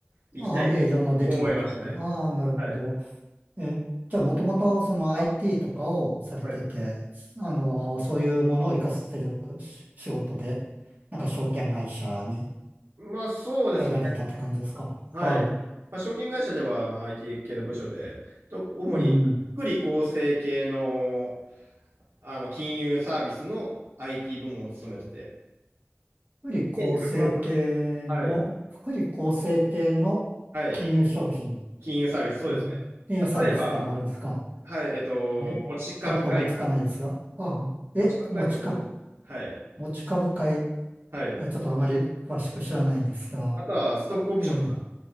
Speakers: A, on the right; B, on the right.
A: 行きたいと思いましたね。
B: あ、営業のできるところ。ああ、なるほど。
A: はい。
B: え、じゃあ、もともとその IT とかをされてて、
A: はい。
B: あの、そういうものを活かせるし仕事で、なんか証券会社に
A: まあそうですね。
B: 入られたって感じですか。
A: はい。
B: は
A: まあ、証券会社ではあの IT 系の部署で、と主にあの福利厚生系の、
B: い。うん。
A: あの金融サービスの IT 部門を務めてて。
B: 福利厚生系の、
A: イメージ湧きますかねはい。
B: 福利厚生系の金融商品っ
A: はい。金融サービス、そうですね。
B: てね、金融サービスってのがあるんですか。
A: 例えば、はい、えっと、
B: え、
A: 持ち株会とか、
B: パッと思いつかないですが。ああ、
A: 持ち株会とかご存知はい。
B: え、持ちか。持ち株会。い
A: はい。
B: や、ちょっとあまり詳しく知らないんですが。
A: あとは、ストックオプションとか、
B: ええ。